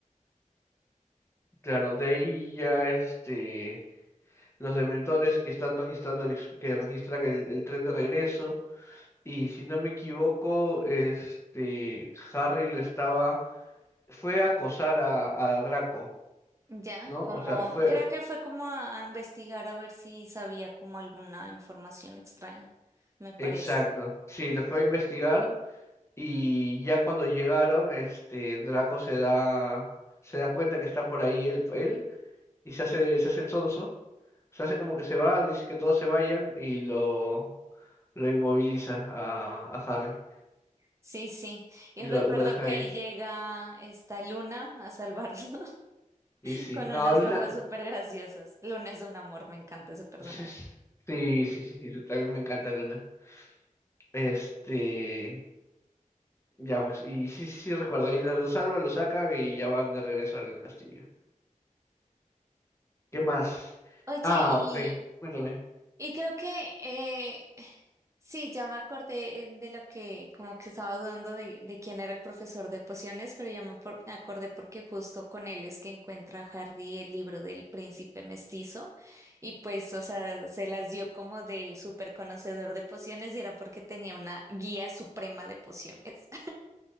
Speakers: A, on the left (about 20°); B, on the right (about 20°).
A: Claro, de ahí ya este, los dementores que están registrando el ex- que registran el el tren de regreso. Y si no me equivoco, este Harry lo estaba, fue a acosar a, a Draco,
B: Ya,
A: ¿no?
B: como,
A: O sea, fue,
B: creo que fue como a, a investigar a ver si sabía como alguna información extraña, me parece.
A: exacto, sí, le fue a investigar y ya cuando llegaron, este Draco se da, se da cuenta que está por ahí él, él y se hace, se hace el sonso, se hace como que se va, dice que todos se vayan y lo, lo inmoviliza a, a Harry
B: Sí, sí. Y
A: y
B: recuerdo
A: lo, lo deja
B: que
A: ahí.
B: ahí llega esta Luna a salvarlo <laughs>
A: Y sí,
B: con
A: no,
B: unas
A: Luna,
B: gafas súper graciosas. Luna es un amor, me encanta ese personaje.
A: sí, sí, sí, sí, sí, también me encanta Luna. Este, ya pues, y sí, sí, sí, recuerdo, ahí los los salva, los sacan y ya van de regreso al castillo. ¿Qué más?
B: Oye,
A: Ah,
B: y
A: ok, cuéntame.
B: Y creo que eh, sí, ya me acordé eh, de lo que como que estaba dudando de, de quién era el profesor de pociones, pero ya me, por- me acordé porque justo con él es que encuentra Hardy el libro del príncipe mestizo y pues, o sea, se las dio como del súper conocedor de pociones y era porque tenía una guía suprema de pociones,